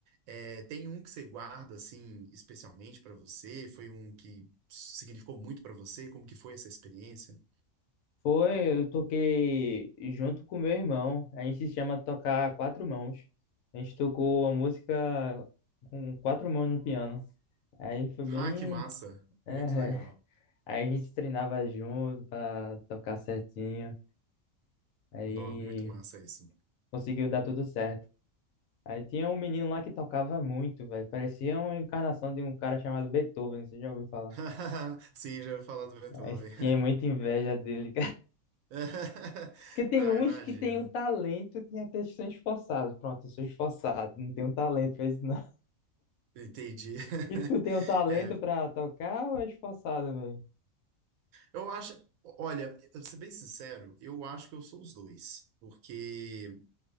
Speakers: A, on the right (about 85°); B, on the left (about 80°).
A: É, tem um que você guarda, assim, especialmente pra você? Foi um que significou muito pra você? Como que foi essa experiência?
B: Foi, eu toquei junto com meu irmão. A gente se chama tocar quatro mãos. A gente tocou a música com quatro mãos no piano. Aí foi bem.
A: Ah, que massa!
B: é,
A: Muito legal.
B: <laughs> Aí a gente treinava junto pra tocar certinho. Aí
A: Nó, muito massa isso.
B: conseguiu dar tudo certo. Aí tinha um menino lá que tocava muito, velho. Parecia uma encarnação de um cara chamado Beethoven, você já ouviu falar?
A: <laughs> Sim, já ouvi falar do Beethoven.
B: Aí
A: <laughs>
B: tinha muita inveja dele
A: <laughs>
B: Porque tem
A: Ah,
B: uns
A: imagino.
B: que tem o talento e tem até que são esforçados. Pronto, eu sou esforçado, não tenho talento pra isso não.
A: Entendi. <laughs>
B: E tu tem o talento
A: É,
B: pra tocar ou é esforçado mesmo?
A: eu acho, olha, pra ser bem sincero, eu acho que eu sou os dois, porque